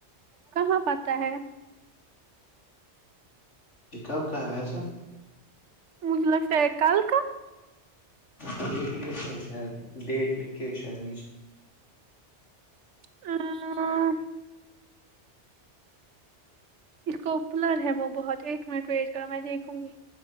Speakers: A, on the right; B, on the left.
A: کہاں پتہ ہے
B: کب کہا ویسا
A: مجھے لگتا ہے کل کا
B: ڈیٹ لکھ کے شاید ڈیٹ لکھ کے ہے شاید نیچ
A: اں اس کو بلر ہے وہ بہت ایک منٹ ویٹ کرو میں دیکھوں گی